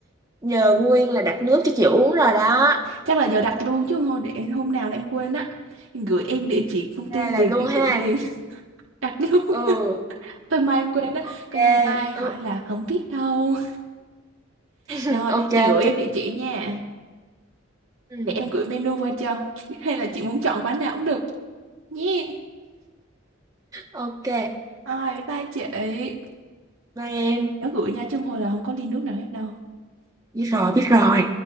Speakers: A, on the right (about 15°); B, on the right (about 70°).
A: nhờ Nguyên là đặt nước cho chị uống rồi đó
B: chắc là giờ đặt luôn chứ thôi để hôm nào là em quên á em gửi em địa chỉ công ty
A: Đây
B: liền
A: là luôn
B: em
A: ha
B: gửi liền <laughs> đặt luôn
A: ừ
B: tới mai em quên á
A: ok
B: coi như mai hỏi
A: ừ.
B: là không biết đâu
A: <laughs>
B: rồi
A: ok
B: chị
A: ok
B: gửi em địa chỉ nha
A: ừ.
B: Để em gửi menu qua cho. <laughs> Hay là chị muốn chọn quán nào cũng được. Nhé.
A: ok
B: Ai, bye bye chị. ấy.
A: bye em
B: Nhớ gửi nha, chứ không thôi là không có ly nước nào hết đâu.
A: biết rồi biết rồi